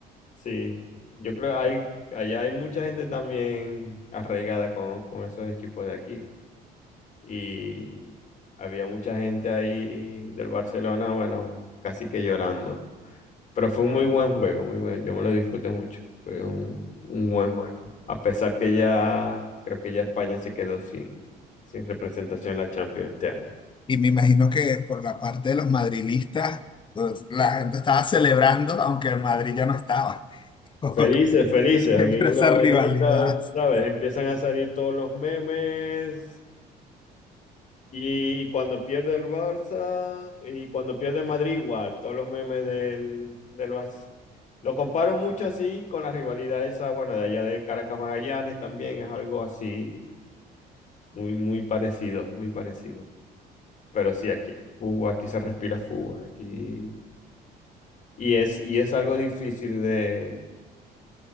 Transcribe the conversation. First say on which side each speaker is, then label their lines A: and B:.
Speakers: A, on the left (about 45°); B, on the left (about 30°).
A: Sí, yo creo que hay, allá hay mucha gente también arraigada con, con esos equipos de aquí. Y había mucha gente ahí del Barcelona, bueno, casi que llorando. Pero fue un muy buen juego, muy bueno. Yo me lo disfruté mucho. Fue un, un buen juego. A pesar que ya, creo que ya España se quedó sin, sin representación en la Champions este año.
B: Y me imagino que por la parte de los madrilistas, pues, la gente estaba celebrando, aunque el Madrid ya no estaba. <laughs>
A: Felices, felices.
B: Pero
A: Aquí en
B: esa
A: la Madelita,
B: rivalidad
A: ¿sabes? Empiezan a salir todos los memes. Y cuando pierde el Barça, y cuando pierde Madrid, igual, todos los memes del, del Barça. Lo comparo mucho así con la rivalidad esa, bueno, de allá de Caracas Magallanes también es algo así muy, muy parecido, muy parecido. Pero sí, aquí hay fútbol, aquí se respira fútbol, aquí. Y es, y es algo difícil de